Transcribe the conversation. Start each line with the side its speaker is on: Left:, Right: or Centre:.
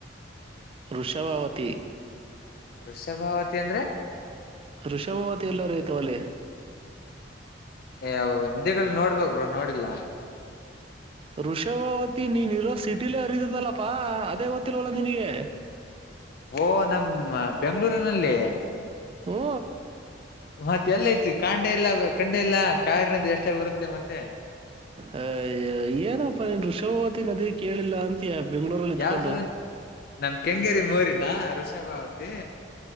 Right: ಋಷಭಾವತಿ
Left: ವೃಷಭಾವತಿ ಅಂದ್ರೆ
Right: ಋಷಭಾವತಿ ಎಲ್ಲರೂ ಐತವಲ್ಲೇ
Left: ಏ ನಧಿಗಳು ನೋಡ್ಬೇಕ ನೋಡಿಲ್ಲ
Right: ಋಷಭಾವತಿ ನೀನ್ ಇರೋ ಸಿಟಿಲ ಅರಿದದಲ್ಲಪ್ಪಾ ಅದೇ ಗೊತ್ತಿಲ್ವಲ್ಲ ನಿನಗೆ
Left: ಓ ನಮ್ಮ ಬೆಂಗಗಳೂರಿನಲ್ಲಿ
Right: ಹ್ಮ
Left: ಮತ್ತೆ ಎಲ್ಲ ಐತಿ ಕಾಂಡೆ ಇಲ್ಲ ಕಂಡೆ ಇಲ್ಲಾ ಕಾವರಿನ್ದ ಎಷ್ಟೇ ಬರುತ್ತೆ ಮತ್ತೆ
Right: ಅ ಏನಪ್ಪಾ ನೀನ್ ಋಷಭಾವತಿ ನದಿ ಕೇಳಿಲ್ಲ ಅಂತಯ ಬೆಂಗ್ಳೂರಲ್ಲಿ ಇತ್ಕೊಂಡು
Left: ಯಾವ್ದು ನಮ್ ಕೆಂಗೇರಿ ಮೋರಿನಾ ಷಭಾವತಿ